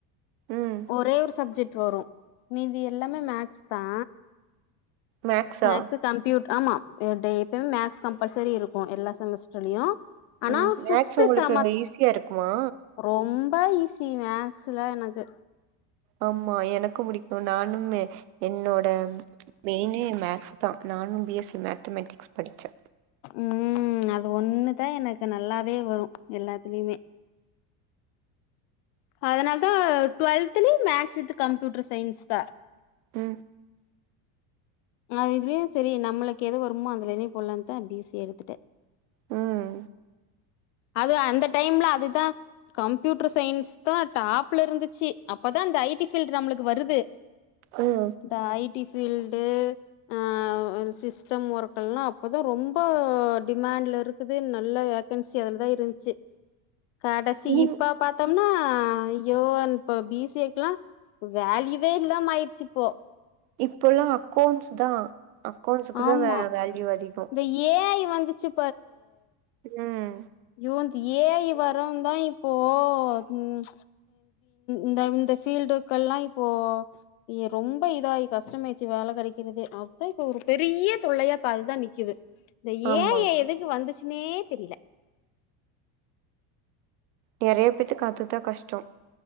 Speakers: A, on the right (about 90°); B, on the left (about 55°).
A: ம்
B: ஒரே ஒரு சப்ஜெக்ட் வரு மீதி எல்லாமே மேக்ஸ் தா
A: மேக்ஸா
B: மேக்ஸ் கம்ப்யூடர் ஆமா எப்பயுமே மேக்ஸ் கம்பல்சரி இருக்கு எல்லா செமஸ்டர்லயு ஆனா
A: ம்
B: ஃபிப்து
A: மேக்ஸ் உங்களுக்கு
B: செமஸ்
A: அங்க ஈஸியா இருக்குமா
B: ரொம்ப ஈஸி மேக்ஸுல்லா எனக்கு
A: ஆமா எனக்கு பிடிக்கு நானும் என்னோட மெயினே மேக்ஸ் தா நானும் பி எஸ் சி மேத்தமெட்டிக்ஸ் படித்தே
B: ம் அது ஒண்ணுதா எனக்கு நல்லாவே வரும் எல்லாத்துலயுமே அதனால தா டுவெல்துலயு மேக்ஸ் வித்து கம்ப்யூட்டர் சயின்ஸ் தா
A: ம்
B: அ இதுலயு சரி நம்மளுக்கு எது வருமோ அதுலயே போடலாம்தே பிசி எடுத்துட்டே
A: ம்
B: அது அந்த டைம்ல அதுதா கம்ப்யூட்டர் சயின்ஸ் தான் டாப்ல இருந்துச்சு அப்பதான் இந்த ஐடி ஃபீல்டு நம்மளுக்கு வருது
A: ம்
B: இந்த ஐடி ஃபீல்டு ஆ சிஸ்டம் ஒர்க் எல்லாம் அப்பதான் ரொம்ப டிமாண்ட்ல இருக்குது நல்ல வேகன்சி அதுலதான் இருந்துச்சு கடைசி
A: நீங்
B: இப்ப பார்த் பாத்தோம்னா அய்யோ இப்ப பி சி ஏ க்கு ல்லா வேல்யூவே இல்லாம ஆயிடுச்சு இப்ப
A: இப்பல்லா அக்கௌன்ட்ஸ் தா அக்கௌண்ட்ஸுக்கு
B: ஆமா
A: தா வே வேல்யூ அதிக
B: இந்த ஏ ஐ வந்துச்சு
A: ம்
B: அய்யோ இந்த ஏ ஐ வரோ தா இப்போ ம் இந்த இந்த பீல்டுக்கெல்லா இப்போ ரொம்ப இதா ஆய் கஷ்டமயச்சு வேலை கிடைக்கிறதே அதா இப்ப ஒரு பெரிய தொல்லையா பா அதுதா நிக் கிது இந்த
A: ஆமா
B: ஏ ஐ யே எதுக்கு வந்துச்சுன்னே தெரியல
A: நெறைய பேத்துக்கு அது தா கஷ்டோ